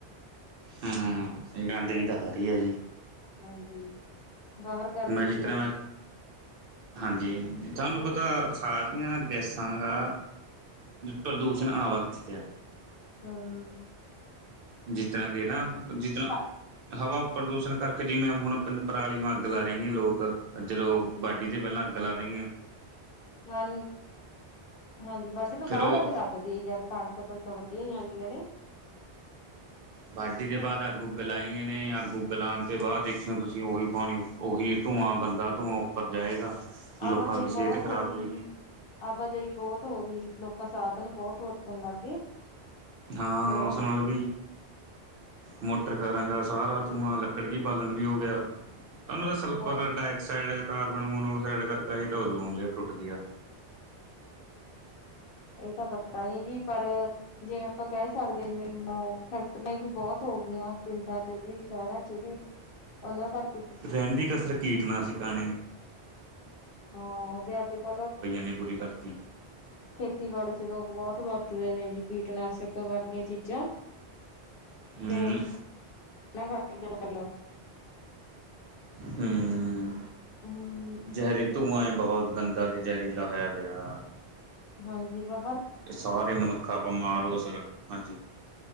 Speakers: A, on the right; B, on the left.
A: ਹਾਂ ਗੰਦਗੀ
B: ਹੋਰ
A: ਤਾਂ ਹਰੀ ਹੈ ਜੀ
B: ਹਾਂਜੀ, ਬਾਹਰ ਗਰਮੀ
A: ਮੈਂ ਜਿਸ
B: ਚ ਬੰ
A: ਤਰ ਮੈਂ ਹਾਂਜੀ ਤੁਹਾਨੂੰ
B: ਬ
A: ਪਤਾ ਖਾਹ ਦੀਆਂ ਗੈਸਾਂ ਦਾ ਪ੍ਰਦੂਸ਼ਣ ਆਵਾ ਕਿੱਥੇਿਆ
B: ਹਾਂ
A: ਜਿਸ ਤਰ੍ਹਾਂ ਕਿ ਨਾ ਜਿਸ ਤਰ੍ਹਾਂ
B: ਹਾਂ।
A: ਹਵਾ ਪ੍ਰਦੂਸ਼ਣ ਕਰਕੇ ਜਿਵੇਂ ਹੁਣ ਪਿੰਡ ਪਰਾਲੀ ਅੱਗ ਲਾ ਰਹੇ ਨੇ ਲੋਕ ਜਦੋਂ
B: ਹਾਂਜੀ।
A: ਬਾਾਡੀੀ ' ਪਹਿਲਾਂ ਗਲਾ ਦੀਆਂ
B: ਹਾਂ ਹਾਂਜੀ ਵਡੇ ਤੋਂ
A: ਫਿਰ
B: ਬਾਅਦ
A: ਉਹ
B: ਅੱਗ ਲੱਗਦੀ ਜਦ ਕਣਕਾਂ ਕਣਕਾਂ ਵੱਢੀਆਂ ਜਾਂਦੀਆਂ ਨੇ
A: ਵਾਢੀ ਦੇ
B: ਤੇ
A: ਬਾਅਦ ਅੱਗ ਉੱਗ ਲਏ ਨੇ ਅੱਗ ਉੱਗ ਲਉਣ ਤੇ ਬਾਅਦ ਦੇਖਿਓ ਤੁਸੀਂ ਉਹੀ ਪਾਣੀ ਉਹੀ ਧੂੰਆਂ ਗੰਦਾ ਧੂੰਆਂ ਉੱਪਰ ਜਾਏਗਾ ਲੋਕਾਂ
B: ਆਵਾਜਾਈ
A: ਦੀ ਸਿਹਤ
B: ਬਹੁਤ
A: ਖ਼ਰਾਬ
B: ਹੋ ਗਈ
A: ਹੋਏਗੀ
B: ਜੀ ਆਵਾਜਾਈ ਬਹੁਤ ਹੋ ਗਈ ਲੋਕਾਂ ਸਾਧਨ ਬਹੁਤ ਤੁਰਤਣ ਲੱਗ ਗਏ
A: ਹਾਂ
B: ਤੇ
A: ਉਸ ਨਾਲ ਵੀ ਮੋਟਰਕਾਰਾਂ ਕਰ ਸਾਰਾ ਧੂੰਆਂ ਲੱਕੜ ਕੀ ਬਾਲਣ ਵੀ ਹੋ ਗਿਆ ਸਾਨੂੰ ਤਾਂ ਸਲਫਰ
B: ਹੋਰ
A: ਡਾਇਆਕਸਾਈਡ ਕਾਰਬਨ ਮੋਨੋਆਕਸਾਈਡ ਕਰਕੇ ਹੀ ਉਦੋਂ ਲਿਆ ਟੁੱਟਦੀ ਆ
B: ਇਹ ਤਾਂ ਪਤਾ ਨੀ ਜੀ ਪਰ ਜਿਵੇਂ ਆਪਾਂ ਕਹਿ ਸਕਦੇ ਮੈਨੂੰ ਫੈਕਟਰੀਆਂ ਵੀ ਬਹੁਤ ਹੋ ਗਈਆਂ ਪਿੰਡਾਂ ਚ ਵੀ ਸ਼ਹਿਰਾਂ ਚ ਵੀ ਉਹਨਾਂ ਕਰ
A: ਰਹਿੰਦੀ ਕਸਰ ਕੀਟਨਾਸ਼ਕਾਂਣੀ
B: ਹਾਂ ਤੇ ਅੱਜ ਕੱਲ
A: ਨੇ ਪੂਰੀ ਕਰਤੀ
B: ਖੇਤੀਬਾੜੀ ਚ ਲੋਕ ਬਹੁਤ ਵ ਦੇ ਨੇ ਜੀ ਕੀਟਨਾਸ਼ਕ ਵਰਗੀਆਂ ਚੀਜ਼ਾਂ
A: ਹੂੰ
B: ਤੇਕੇ ਮਸਲੋ
A: ਹਮ
B: ਹਮ
A: ਜ਼ਹਿਰੀ ਧੂੰਆਂ ਬਹੁਤ ਗੰਦਾ ਤੇ ਜ਼ਹਿਰੀਲਾ ਹੈਰ ਅ ਆ
B: ਹਾਂਜੀ ਵਾਹ
A: ਇਹ ਸਾਰੇ ਮਨੁੱਖ ਆਪਾਂ ਮਾਰੋ ਸਰ ਹਾਂਜੀ